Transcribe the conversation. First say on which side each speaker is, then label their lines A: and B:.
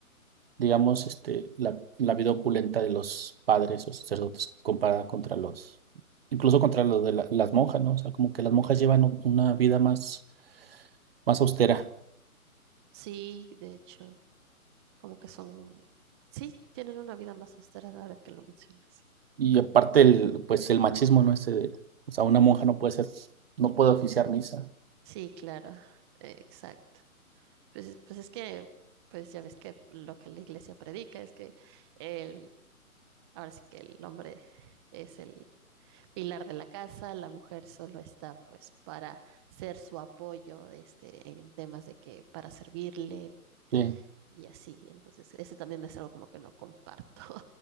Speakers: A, on the right; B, on the right.
A: digamos, este, la, la vida opulenta de los padres o sacerdotes comparada contra los, incluso contra los de la- las monjas, ¿no? O sea, como que las monjas llevan u- una vida más, más austera.
B: Sí, de hecho, como que son, sí, tienen una vida más austera ahora que lo mencionas.
A: Y aparte el, pues el machismo, ¿no? Este de- o sea, una monja no puede ser, no puede oficiar misa.
B: Sí, claro, eh, exacto. Pues, es- pues es que, pues ya ves que lo que la iglesia predica es que el, ahora sí que el hombre es el pilar de la casa, la mujer solo está pues para ser su apoyo este, en temas de que para servirle
A: Sí.
B: y así. Entonces, ese también es algo como que no comparto